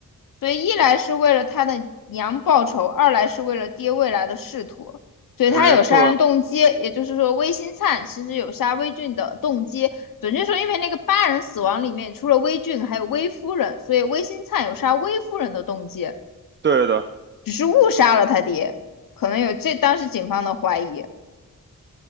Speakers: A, on the left (about 70°); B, on the right (about 35°).
A: 所以一来是为了他的娘报仇，二来是为了爹未来的仕途，所以他有杀人动机。
B: 没错儿，
A: 也就是说，魏新灿其实有杀魏俊的动机。准确说，因为那个八人死亡里面除了魏俊还有魏夫人，所以魏新灿有杀魏夫人的动机，
B: 对的，
A: 只是误杀了他爹，可能有这当时警方的怀疑。